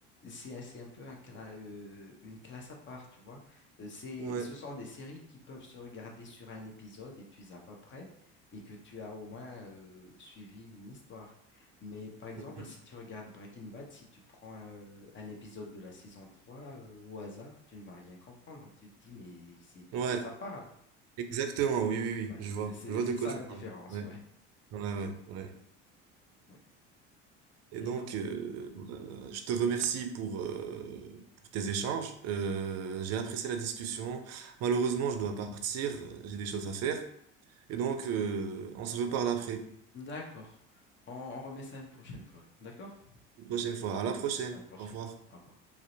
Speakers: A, on the left (about 30°); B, on the right (about 45°).
A: c'est un c'est un peu un cla- euh, une classe à part, tu vois. Euh, C'est,
B: Ouais.
A: ce sont des séries qui peuvent se regarder sur un épisode et tu es à peu près et que tu as au moins euh, suivi une histoire. Mais par exemple,
B: Mhm.
A: si tu regardes Breaking Bad, si tu prends euh, un, épisode de la saison 3 euh, au hasard, tu ne vas rien comprendre. Tu te dis, mais c'est de
B: Ouais,
A: quoi ça parle?
B: exactement, oui, oui, oui,
A: Ouais.
B: je vois,
A: C'est c'est-
B: je vois
A: c'est
B: de quoi
A: ça
B: tu
A: la
B: parles.
A: différence,
B: Ouais,
A: ouais.
B: ouais, ouais, ouais.
A: Ouais.
B: Et
A: Et
B: donc,
A: donc?
B: euh, euh, je te remercie pour, euh, pour tes échanges. Euh, j'ai apprécié la discussion. Malheureusement, je dois partir, euh, j'ai des choses à faire. Et donc, euh, on se reparle après,
A: D'accord. on on remet ça une prochaine fois. D'accord?
B: une prochaine fois. À la prochaine,
A: Oui. À la prochaine.
B: au revoir.
A: Au revoir.